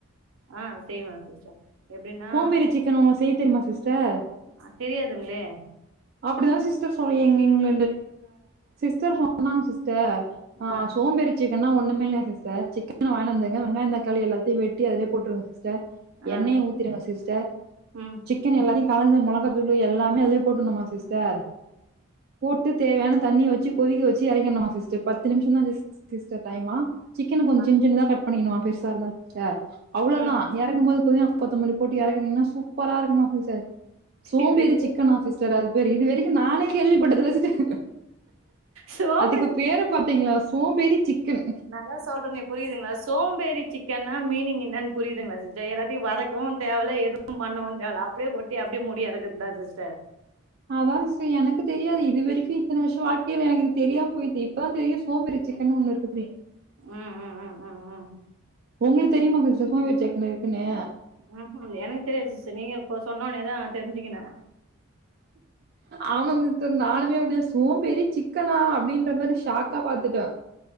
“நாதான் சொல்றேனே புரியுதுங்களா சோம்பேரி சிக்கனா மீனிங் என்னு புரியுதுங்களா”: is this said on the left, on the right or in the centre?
Right